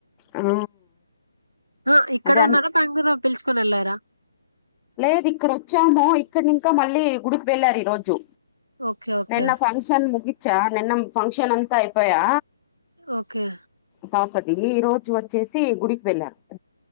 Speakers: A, on the left (about 15°); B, on the right (about 85°).
A: ఆ
B: ఆ ఇక్కడ
A: అదే
B: ఉన్నాను పంగిలో పిల్చుకోనెళ్ళారా
A: లేదు ఇక్కడ వచ్చాము ఇక్కడ నింకా మళ్ళీ గుడికి వెళ్ళారు ఈ రోజు
B: ఓకే. ఓకే.
A: నిన్న ఫంక్షన్ ముగిచ్చా నిన్నం ఫంక్షన్ అంతా అయిపోయా
B: ఓకే
A: పాపతి ఈ రోజు వచ్చేసి గుడికి వెళ్ళారు